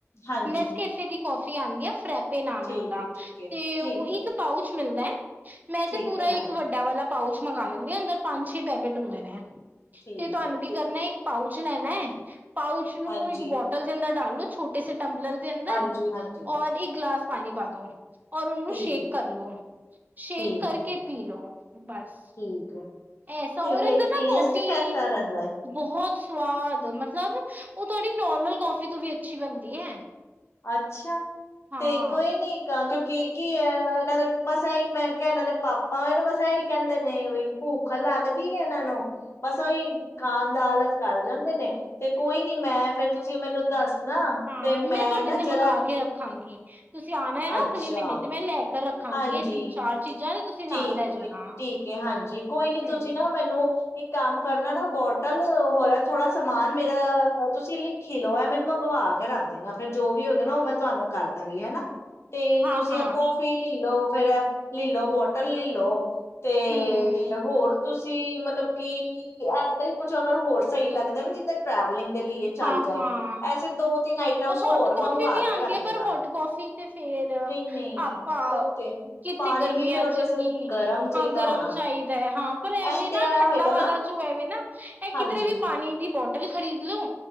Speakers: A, on the left; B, on the right.
A: ਹਾਂਜੀ
B: ਨੈਸਕੈਫੇ ਦੀ ਕੋਫੀ ਫ੍ਰੀ ਆਂਦੀ ਐ ਪ੍ਰੈ ਏ ਨਾਮ
A: ਠੀਕ
B: ਹੈ ਉਹਦਾ,
A: ਠੀਕ ਹੈ
B: ਤੇ
A: ਠੀਕ
B: ਉਹ
A: ਹੈ
B: ਇੱਕ
A: ਜੀ
B: ਪਾਊਚ ਮਿਲਦਾ ਹੈ ਮੈਂ ਤੇ
A: ਠੀਕ
B: ਪੂਰਾ
A: ਹੈ ਹਾਂਜੀ
B: ਇੱਕ ਵੱਡਾ ਵਾਲਾ ਪਾਊਚ ਮੰਗਵਾ ਲੈਂਦੀ ਹਾਂ ਅੰਦਰ ਪੰਜ ਛੇ ਪੈਕੇਟ ਹੁੰਦੇ ਨੇ
A: ਠੀਕ
B: ਤੇ ਤੁਹਾਨੂੰ
A: ਹੈ
B: ਕੀ
A: ਤੇ
B: ਕਰਨਾ ਇੱਕ ਪਾਊਚ ਕੁਛ ਲੈਨਾ ਏ ਪਾਊਚ ਨੂੰ
A: ਹਾਂਜੀ
B: ਇੱਕ ਬੋਟਲ ਦੇ ਅੰਦਰ ਡਾਲੋ ਛੋਟੇ ਸੇ ਟੰਬਲਰ ਦੇ ਅੰਦਰ
A: ਹਾਂਜੀ ਹਾਂਜੀ
B: ਔਰ ਇਕ ਗਲਾਸ ਪਾਣੀ ਪਾ ਦੋ ਔਰ ਉਹਨੂੰ
A: ਠੀਕ
B: ਸ਼ੇਕ ਕਰ ਲੋ ਸ਼ੇਕ
A: ਠੀਕ
B: ਕਰਕੇ
A: ਹੈ
B: ਪੀ ਲਓ ਬਸ
A: ਠੀਕ ਹੈ
B: ਐਸਾ
A: ਤੇ
B: ਔਦੇ
A: ਫਿਰ
B: ਅੰਦਰ
A: ਟੇਸਟ
B: ਨਾ ਕੌਫੀ
A: ਕੈਸਾ ਰਹਿੰਦਾ ਹੈ
B: ਬਹੁਤ ਬਹੁਤ ਸਵਾਦ ਮਤਲਬ ਉਹ ਥੋੜੀ ਨੋਰਮਲ ਕਾਫੀ ਤੋਂ ਵੀ ਅੱਛੀ ਬਣਦੀ ਹੈ
A: ਅੱਛਾ
B: ਹਾਂ
A: ਤੇ ਕੋਈ ਨੀ ਗਾਹਕ ਕੀ ਕੀ ਹੈ ਇਹਨਾਂ ਦੇ ਬਸ ਇਹੀ ਮੈਂ ਕਿਹਾ ਇਹਨਾਂ ਦੇ ਪਾਪਾ ਨਾ ਬਸ ਇਹੀ ਕਹਿੰਦੇ ਨੇ ਵੀ ਭੂਖ ਲੱਗਦੀ ਹੈ ਇਹਨਾਂ ਨੂੰ ਬਸ ਉਹੀ ਖਾਣ ਦਾ ਆਾਲਤ ਕਰ ਜਾਂਦੇ ਨੇ ਤੇ ਕੋਈ ਨੀ ਮੈਂ ਫੇਰ ਤੁਸੀਂ ਮੈਨੂੰ ਦੱਸਨਾ
B: ਹਾਂ
A: ਤੇ
B: ਮੈਂ ਤੁਹਾਡੇ
A: ਨਾ
B: ਲਈ
A: ਜਰਾ
B: ਮੰਗਵਾ ਕੇ
A: ਕਿ-
B: ਰੱਖਾਂਗੇ <unintelligible> ਤੁਸੀਂ ਆਣਾ ਹੈ ਨਾ
A: ਅੱਛਾ
B: ਅਗਲੇ ਮਹੀਨੇ ਤੇ ਮੈਂ ਲੈ ਕੇ ਰੱਖਾਂਗੀ।
A: ਹਾਂਜੀ
B: ਇਹ ਤਿੰਨ-ਚਾਰ ਚੀਜ਼ਾਂ ਤੇ ਤੁਸੀਂ ਨਾਲ
A: ਠੀਕ,
B: ਲੈ ਜਾਣਾ
A: ਠੀਕ ਏ ਹਾਂਜੀ ਕੋਈ ਨੀ
B: ਹਮ
A: ਤੁਸੀਂ ਨਾ ਮੈਨੂੰ ਇੱਕ ਕੰਮ ਕਰਨਾ ਨਾ ਬੋਟਲ, ਹੋਰ ਥੋੜਾ ਸਮਾਨ ਮੇਰਾ ਤੁਸੀਂ ਲਿਖੀ ਲਓ। ਇਹ ਮੈਨੂੰ ਮੰਗਵਾ ਕੇ ਰੱਖ ਦੇਣਾ ਫਿਰ ਜੋ ਵੀ ਹੋਗਾ ਨਾ ਉਹ ਮੈਂ ਤੁਹਾਨੂੰ ਕਰ ਦਾਂਗੀ। ਹੈ ਨਾ ਤੇ
B: ਹਾਂ
A: ਤੁਸੀਂ
B: ਹਾਂ
A: ਆ ਕੋਫੀ ਲਇ ਲਓ ਫੇਰ ਇਹ ਲਿਲੋ ਬੋਟਲ ਲਲੋ <unintelligible> ਤੇ,
B: ਹਮ
A: ਨਹੀ ਹੈ ਹੋਰ ਤੁਸੀਂ ਮਤਲਬ ਕਿ ਇੱਦਾਂ ਹੀ ਕੁਛ ਅਗਰ ਹੋਰ ਸਹੀ ਲੱਗਦਾ ਨਾ, ਜਿੱਦਾਂ ਟਰੈਵਲਿੰਗ ਦੇ ਲੀਏ ਚੱਲ
B: ਹਾਂ
A: ਜਾਏ।
B: ਹਾਂ,
A: ਐਸੇ ਦੋ ਤਿੰਨ ਆਈਟਮਸ
B: ਹੋਟ
A: ਹੋਰ
B: ਕੌਫੀ
A: ਮੰਗਵਾ
B: ਵੀ
A: ਕੇ
B: ਆਉਂਦੀ
A: ਰੱਖ
B: ਏ ਪਰ
A: ਦੇਣਾ
B: ਹੋਟ ਕੌਫੀ ਤੇ ਫੇਰ
A: ਨਈ-ਨਈ
B: ਆਪਾਂ
A: ਉਹ ਤੇ
B: ਕਿੱਥੇ
A: ਪਾਣੀ
B: ਗਰਮੀਆਂ
A: ਵੀ ਫੇਰ
B: ਐ
A: ਉਹਦੇ
B: ਚ
A: ਵਾਸਤੇ
B: ਕੀ
A: ਗਰਮ ਚਾਹੀਦਾ
B: ਹਾਂ ਗਰਮ
A: ਹੋਣਾ।
B: ਚਾਹੀਦਾ ਹੈ। ਹਾਂ, ਪਰ ਐਵੇਂ
A: ਇਹ ਤੇ
B: ਨਾ
A: ਇਹ
B: ਠੰਡਾ
A: ਹੋਏਗਾ
B: ਵਾਲਾ
A: ਨਾ
B: ਜੋ ਐਵੇ ਨਾ ਇਹ
A: ਹਾਂਜੀ
B: ਕਿਧਰੇ ਵੀ ਪਾਣੀ ਦੀ ਬੋਟਲ ਇਹ ਵੀ ਖਰੀਦ ਲੋ।